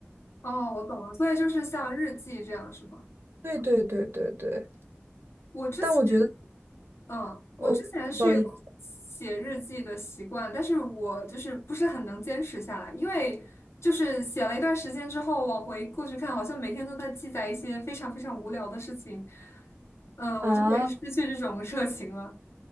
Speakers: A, on the left; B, on the right.
A: 哦，我懂了，所以就是像日记这样是吗？
B: 对对对对对。
A: 我之前，
B: 但我觉得，
A: 嗯，我之前是有写日记的习惯，
B: 哦，不好意思
A: 但是我就是不是很能坚持下来，因为就是写了一段时间之后，往回过去看，好像每天都在记载一些非常非常无聊的事情，嗯，
B: 啊。
A: 我就会失去这种热情了。